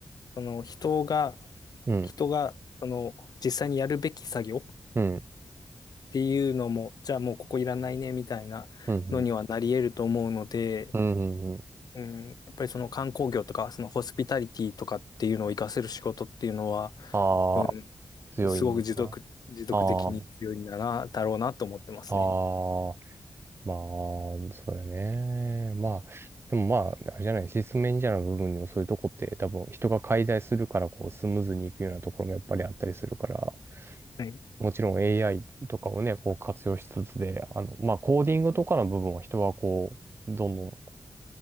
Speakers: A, on the left; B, on the right.
A: その人が、
B: うん、
A: 人が、その、実際にやるべき作業、
B: うん、うん、
A: っていうのも、じゃあもうここいらないねみたいなのにはなり得ると思うので、
B: うん、うん、うん、
A: うん、やっぱりその観光業とか、そのホスピタリティとかっていうのを活かせる仕事っていうのは、
B: ああー、
A: うん、
B: 強いのかな。
A: すごく持続、持続的に強いんだな、
B: ああ、
A: だろうなと思ってますね。
B: ああ。まあ、そうだね。まあ、でもまあ、あれじゃない、シスメンジャーの部分にもそういうとこって多分人が介在するからこうスムーズにいくようなところもやっぱりあったりするから、
A: はい。
B: もちろん AI とかをね、こう活用しつつで、あの、まあ、コーディングとかの部分は人はこう、どんどん、